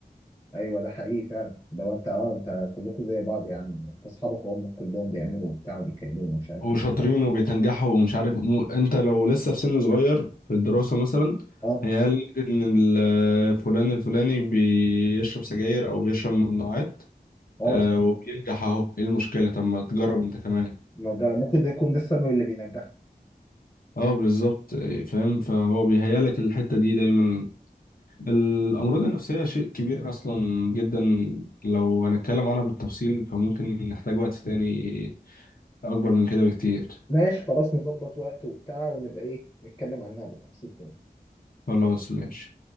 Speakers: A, on the left; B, on the left.
A: ايوه ده حقيقي فعلا لو انت اه انت كلكم زي بعض يا عم انت اصحابك وامك كلهم بيعملوا وبتاع وبيكلموا مش عارف
B: وشاطرين
A: ايه
B: وبيتنجحوا ومش عارف مو... انت لو لسه في سن صغير في الدراسة مثلا مم.
A: اه
B: هيقال ان ال- فلان الفلاني بيشرب سجاير او بيشرب ممنوعات
A: اه
B: آه، وبينجح اهو ايه المشكلة طب ما تجرب انت كمان
A: ما ده ممكن ده يكون ده السبب اللي بينجحك
B: اه بالظبط آه، فاهم فهو بيهيالك الحتة دي دايما الأمراض النفسية شيء كبير أصلا جدا لو هنتكلم عنها بالتفصيل فممكن نحتاج وقت تاني أكبر من كده بكتير
A: ماشي خلاص نظبط وقت وبتاع ونبقى ايه نتكلم عنها بالتفصيل تاني
B: خلاص ماشي